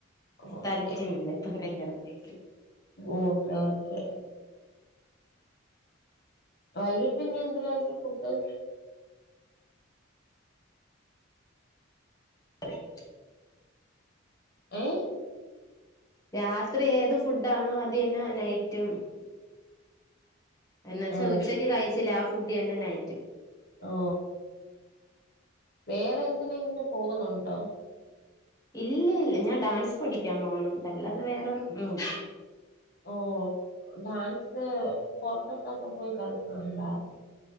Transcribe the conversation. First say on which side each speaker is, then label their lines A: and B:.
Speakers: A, on the left (about 50°); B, on the left (about 15°).
A: ഓക്കെ
B: താല്പര്യമില്ല ഇപ്പം കല്യാണം കഴിക്കാൻ
A: ഓക്കെ ഓക്കെ വൈകിട്ടിനി എന്തരായിരിക്കും ഫുഡ്
B: <unintelligible>
A: ഏഹ്
B: രാത്രി ഏത് ഫുഡാണോ അതെന്നെ നൈറ്റും എന്നുവെച്ചാ
A: ആ
B: ഉച്ചക്ക് കഴിച്ചില്ലേ ആ ഫുഡ് തന്നെ നൈറ്റും
A: ഓ വേറെ എന്തിനെങ്കിലും പോകുന്നുണ്ടോ
B: ഇല്ലില്ല ഞാ ഡാൻസ് പഠിക്കാൻ പോന്നുണ്ട് അല്ലാതെ വേറെഉം ഒന്നുല്ല
A: ഓ ഡാൻസ് പൊറതൊട്ടൊക്കെ പോയി കളിക്കാനുണ്ടോ ആ <unintelligible>